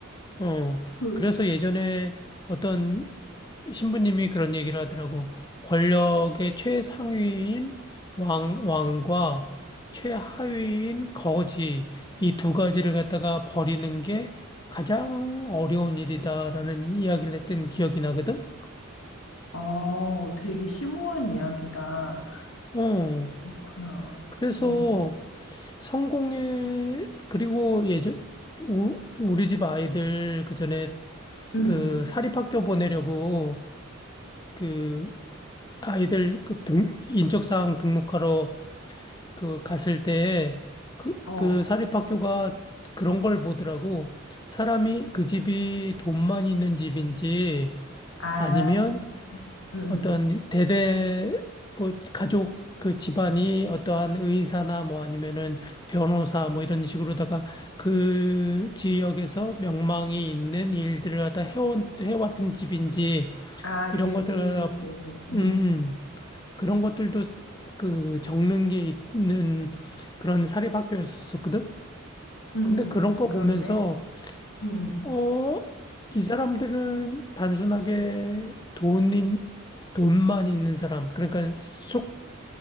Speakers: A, on the left; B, on the left.
A: 어,
B: 그,
A: 그래서 예전에 어떤 신부님이 그런 얘기를 하더라고. 권력의 최상위인 왕, 왕과 최하위인 거지, 이 두 가지를 갖다가 버리는 게 가장 어려운 일이다라는 이야기를 했던 기억이 나거든?
B: 어, 되게 심오한 이야기다.
A: 어,
B: 그렇구나.
A: 그래서
B: 음.
A: 성공의, 그리고 예전, 우, 우리 집 아이들 그 전에
B: 음.
A: 그 사립학교 보내려고 그 아이들 그 등, 인적사항 등록하러 그 갔을 때 그,
B: 어.
A: 그 사립학교가 그런 걸 보더라고. 사람이 그 집이 돈만 있는 집인지
B: 아,
A: 아니면
B: 음. 음.
A: 어떤 대대 뭐 가족 그 집안이 어떠한 의사나 뭐 아니면은 변호사 뭐 이런 식으로다가 그 지역에서 명망이 있는 일들을 갖다 해온, 해왔던 집인지
B: 아,
A: 이런
B: 유지인지.
A: 것들을 갖다
B: 음.
A: 음. 그런 것들도 그 적는 게 있는 그런 사립학교였었거든.
B: 음.
A: 근데 그런
B: 음.
A: 거
B: 그런데?
A: 보면서
B: 음. 음.
A: 어, 이 사람들은 단순하게 돈인 돈만 있는 사람, 그러니까 속